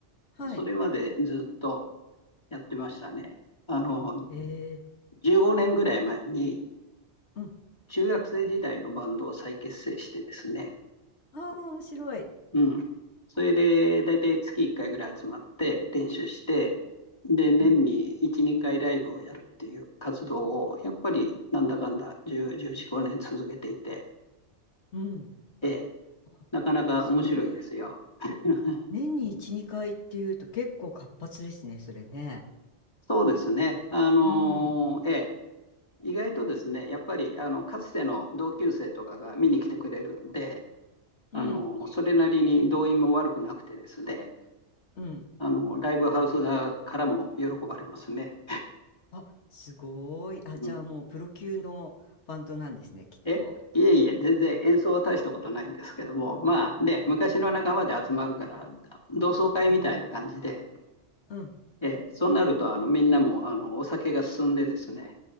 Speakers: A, on the left (about 90°); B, on the left (about 25°).
A: はい。
B: それまでずっとやってましたね。あの、
A: ええ、
B: 15年ぐらい前に、
A: うん。
B: 中学生時代のバンドを再結成してですね、
A: ああ、面白い。
B: うん。それで、だいたい月1回ぐらい集まって練習して、で、年に1、
A: うん。
B: 2回ライブをやるっていう活動を、やっぱりなんだかんだ10、1 5年続けていて、
A: うん。
B: ええ、
A: あ
B: なかなか面白いですよ。
A: そう。
B: <laughs>
A: 年に1、2回っていうと結構活発ですね、それね。
B: そうですね。あのーええ、
A: うん。
B: 意外とですね、やっぱりあのかつての同級生とかが見に来てくれるんで、
A: うん。
B: あのそれなりに動員も悪くなくてですね、
A: うん。
B: あの、ライブハウス側からも喜ばれますね。
A: あ、すごい。あ、
B: うん。
A: じゃあもうプロ級のバンドなんですね、きっと。
B: えいえいえ、全然演奏は大したことないんですけども、まあね、昔の仲間で集まるから、同窓会みたいな感じで、
A: うん。
B: えそうなると、あの、みんなも、あの、お酒が進んでですね、